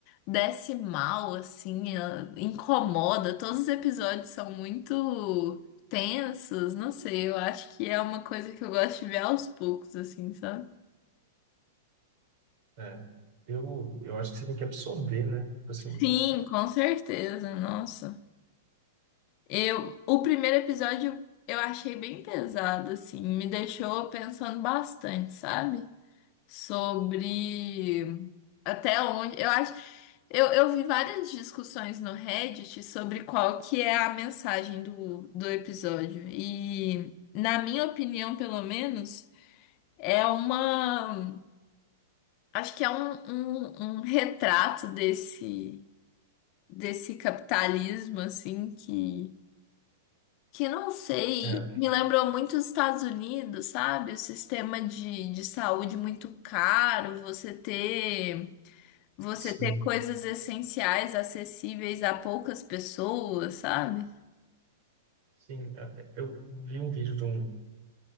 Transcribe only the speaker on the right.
É. Eu, eu acho que você tem que absorver, né? Tipo assim,
é, é,
sim,
sim. eh, Eu vi um vídeo de um